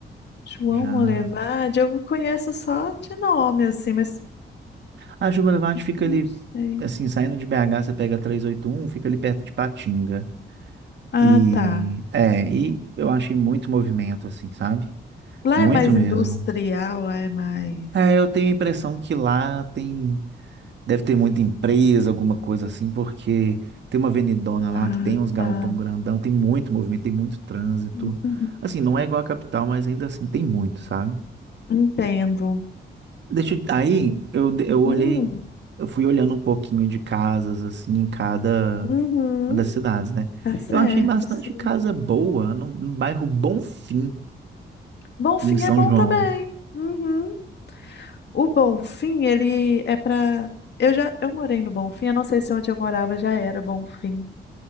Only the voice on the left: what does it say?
João
Molevade, eu conheço só de nome, assim, mas
não
sei.
Ah,
tá.
Lá
é mais
industrial, lá é mais.
Ah,
tá.
Uhum.
Entendo.
Hum.
Uhum.
Tá certo.
Sim.
Bom fim
é bom
também. Uhum. O Bom Fim, ele é pra. Eu já eu morei no Bom Fim, eu não sei se onde eu morava já era Bom Fim,